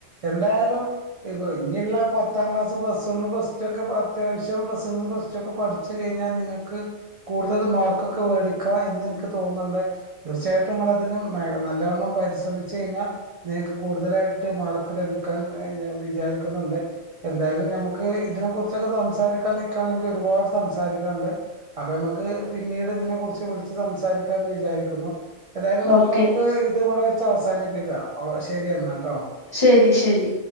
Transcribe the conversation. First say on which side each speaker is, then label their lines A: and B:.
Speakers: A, on the right; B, on the left.
A: എന്തായാലും ഇ പോ ഇനിയുള്ള പത്ത് പത്താം class plus one plus two ഒക്കെ അത്യാവശ്യം പ്ലസ് വൺ പ്ലസ് ടു ഒക്കെ പഠിച്ച് കഴിഞ്ഞാൽ നിങ്ങക്ക് കൂ കൂടുതൽ മാർക്കൊക്കെ വേടിക്ക എന്ന് എനിക്ക് തോന്നുന്നുണ്ട് തീർച്ചയായിട്ടും നിങ്ങള അതിന് നല്ലവണ്ണം പരിശ്രമിച്ചു കഴിഞ്ഞാൽ നിങ്ങക്ക് കൂടുതലായിട്ട് മാർക്ക് ലഭിക്കാൻ ഏ ഞാ വിചാരിക്കുന്നുണ്ട് എന്തായാലും ഞമ്മക്ക് ഇതിനെ കുറിച്ചൊക്കെ സംസാരിക്കാ നിക്കാ ണെങ്കി ഒരുപാട് സംസാരിക്കാണ്ട് അപ്പൊ നമ്മക്ക് ക്ക് പിന്നീട് ഇതിനെ കുറിച്ച് വിളിച്ച് സംസാരിക്കാ എന്ന് വിചാരിക്കുന്നു ഏതായാലും
B: ഓക്കെ
A: നമുക്ക് ഇത് ഇവിടെ വെച്ച് അവസാനിപ്പിക്കാം ശരിയ എന്നാ ട്ടോ
B: ശരി ശരി